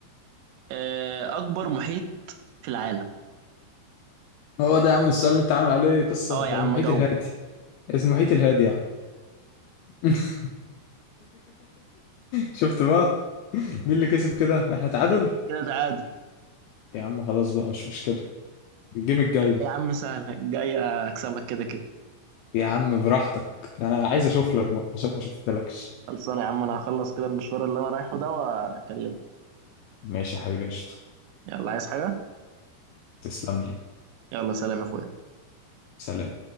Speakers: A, on the right (about 85°); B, on the left (about 85°).
A: آه، اكبر محيط في العالم
B: هو ده يا عم السؤال اللي انت عامل عليه قصة
A: اه يا عم
B: المحيط
A: جاوب
B: الهادي اسمه المحيط الهادي يا عم <laughs> شفت بقى مين اللي كسب كده احنا تعادل
A: كده كده تعادل
B: يا عم خلاص بقى مش مشكلة الجيم الجاي بقى
A: يا عم سهل جاي اكسبك كده كده
B: يا عم براحتك انا عايز اشوف لك بقى عشان ما شفتلكش
A: خلصانه يا عم انا هخلص كده المشوار اللي انا رايحه ده واكلمك
B: ماشي يا حبيبي قشطة.
A: يلا عايز حاجة
B: تسلم لي
A: يلا سلام يا اخويا
B: سلام